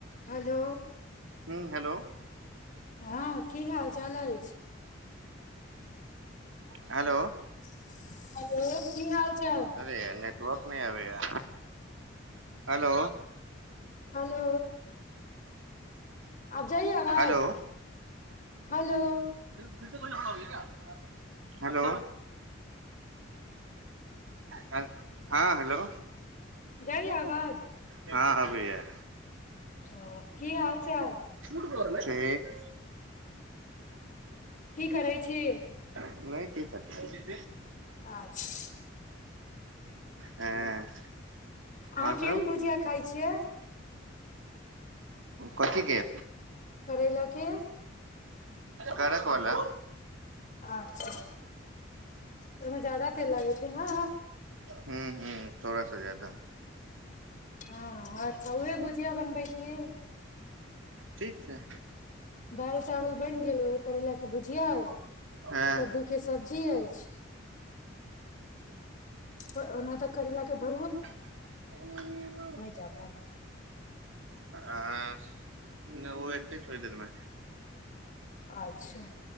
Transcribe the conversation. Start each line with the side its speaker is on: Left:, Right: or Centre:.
Left: hello
Right: हुं hello
Left: हँ की हाल चाल अछि
Right: हेलो
Left: हेलो की हाल चाल
Right: अरे या गप नै आबैया हेलो
Left: हलो आब जाइए आवाज
Right: हेलो
Left: हेलो
Right: फर तऽ कोइ कह हो हेलो हँ हं हेलो
Left: जाइया आवाज
Right: हँँ अबैया
Left: ओ की हाल चाल
Right: ठीक
Left: की करै छी
Right: नहि किछ च
Left: अच्छा
Right: हँ
Left: अहाँ
Right: आओर
Left: केहन
Right: सब
Left: भुजिया खाइ छियै
Right: कथी के
Left: करैला के
Right: करक वाला
Left: अच्छा ओहिमे ज्यादा तेल लागै छै ने
Right: ह ह ह थोड़ सा जादा
Left: हँ अच्छा उहे भुजिया बनबै छी
Right: ठीक छै
Left: दालि चावल बनि गेल उएह करैलाके भुजिया अय
Right: हँ
Left: कद्दुके सब्जी अछि आर ओना तऽ करैलाके भ
Right: ओ
Left: जा पायत
Right: आ ओ एत छोड़ देरमे
Left: अच्छा